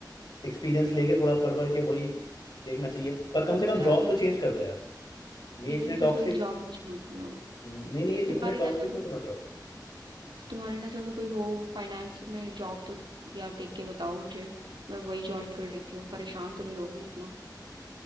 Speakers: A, on the left; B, on the right.
A: एक्सपीरियंस लेके थोड़ा पढ़ पढ़ के वही देखना चाहिए पर कम
B: हाँ
A: से कम
B: यार
A: जॉब
B: इसी
A: तो चेंज कर दो यार ये
B: इसीलिए
A: इतने टॉक्सिक
B: तो ये जॉब नहीं छोड़ रही हूँ
A: नहीं नहीं ये
B: तुम्हारी
A: इतने टॉक्सिक
B: नजर में
A: में तो मत रहो
B: तुम्हारी नजर में कोई हो फाइनेंस में जॉब तो यार देख के बताओ मुझे मैं वही ज्वाइन कर लेती हूँ परेशान तो नहीं रहूंगी इतना